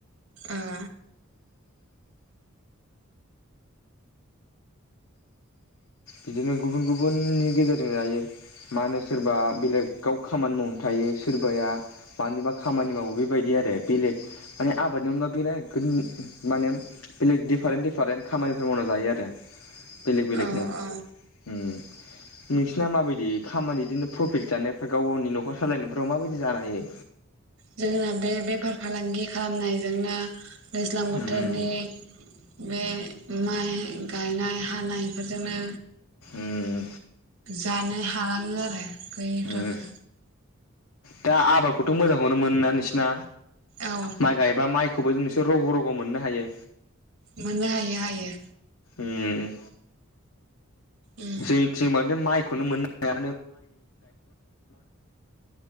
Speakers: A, on the right; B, on the left.
A: ओ
B: बिदिनो गुबुन गुबुननि गेजेरजों जायो मा होनो सोरबा बेलेगाव खामानि मावनानै थायो सोरबाया मानिबा खामानि मावो बेबायदि आरो बेलेग माने आबादनि अनगा बेलेग माने बेलेग दिडफारेन्ट दिडिफारेन्ट खामानिफोर मावना जायो आरो बेलेग बेलेकनो।
A: औ औ
B: उम नोंसिना माबायदि खामानि बिदिनो प्रफिट जानायफोरा गाव गावनि नखर सालायनायफ्राव मा बायदि जानो हायो?
A: जोंना बे बेफार फालांगि खालामनायजोंनो दैज्लां बोथोरनि
B: उम
A: बे <unintelligible> ओम गायनाय हानायफोरजोंनो
B: उम
A: जा <unintelligible> थालाङो आरो गैयिफ्राबो
B: उम दा आबादखौथ' मोजांखौनो मोनोना नोंसिना?
A: औ
B: माइ गायबा माइखौबो जोंसोर रग' रग' मोननो हायो
A: मोननो हायो हायो।
B: उम।
A: उम
B: जोंनिथिं बांद्राय माइ खौनो मोननो हाया